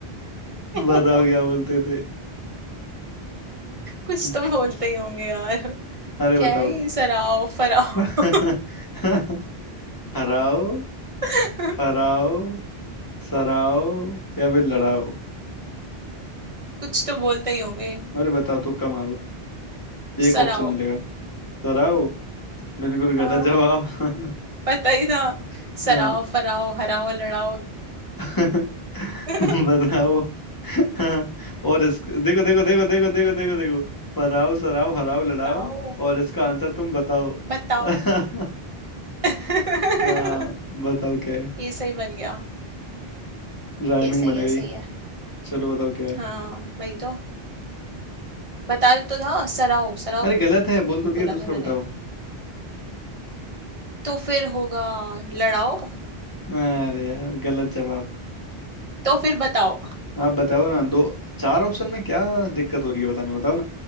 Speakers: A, on the right; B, on the left.
A: <laughs>
B: बताओ क्या बोलते थे <laughs>
A: कुछ तो बोलते ही होंगे यार
B: अरे
A: क्या
B: बताओ
A: है ये सराओ फराओ
B: <laughs> हराओ
A: <laughs>
B: फराओ सराओ या फिर लड़ाओ
A: कुछ तो बोलते ही होंगे
B: अरे बताओ तुक्का मारो एक
A: सराओ
B: ऑप्शन मिलेगा सराओ बिल्कुल
A: हाँ
B: गलत जवाब <laughs>
A: पता ही था सराओ
B: हाँ
A: फराओ हराओ लड़ाओ
B: <laughs>
A: <laughs>
B: बताओ हाँ, और इस देखो देखो देखो देखो देखो देखो देखो फराओ सराओ हराओ
A: बताओ
B: लड़ाओ और इसका आंसर तुम बताओ
A: बताओ
B: <laughs>
A: <laughs>
B: हाँ बताओ क्या है
A: ये सही बन गया
B: राइमिंग
A: ये सही
B: बन गई
A: है सही है
B: चलो बताओ क्या है
A: हाँ वही तो बता तो था सराओ सराओ
B: अरे गलत है बोल तो
A: बोला
B: दिया
A: था
B: दूसरा
A: मैंने
B: बताओ
A: तो फिर होगा लड़ाओ
B: अरे यार गलत जवाब
A: तो फिर बताओ
B: आप बताओ ना दो चार ऑप्शन में क्या दिक्कत हो रही है बताने बताओ